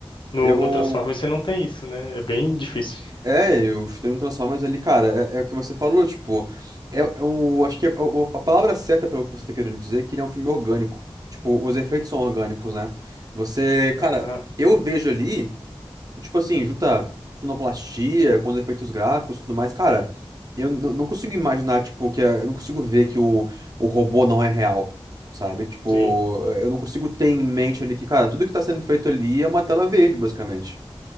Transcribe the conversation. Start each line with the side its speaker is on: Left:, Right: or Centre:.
Left: No,
Right: Eu,
Left: no Transformers você não tem isso, né? É bem difícil.
Right: É, e os termos Transformers ali, cara, é, é o que você falou, tipo, é, é o, acho que é o- a palavra certa para o que você tá querendo dizer é que ele é um filme orgânico. Tipo, os efeitos são orgânicos, né? Você, cara,
Left: Ah,
Right: eu vejo ali, tipo assim, junta sonoplastia com os efeitos gráficos e tudo mais, cara, eu n- não consigo imaginar, tipo, que é- eu não consigo ver que o, o robô não é real, sabe? Tipo,
Left: sim,
Right: eu não consigo ter em mente ali que, cara, tudo que tá sendo feito ali é uma tela verde, basicamente.